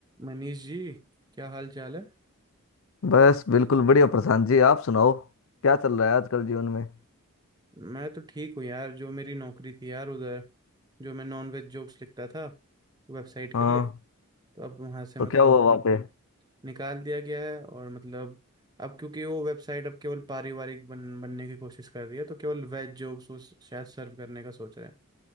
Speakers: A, on the right (about 20°); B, on the left (about 70°).
A: मनीष जी क्या हाल चाल है
B: बस बिल्कुल बढ़िया प्रशांत जी आप सुनाओ क्या चल रहा है आजकल जीवन में
A: मैं तो ठीक हूँ यार जो मेरी नौकरी थी यार उधर जो मैं नॉनवेज जोक्स लिखता था वेबसाइट
B: हाँ
A: के लिए तो अब वहाँ से
B: तो
A: मतलब
B: क्या हुआ वहां
A: नि,
B: पे
A: निकाल दिया गया है और मतलब अब क्योंकि वो वेबसाइट अब केवल पारिवारिक बन, बनने की कोशिश कर रही है तो केवल वेज जोक्स वो शायद सर्व करने का सोच रहे हैं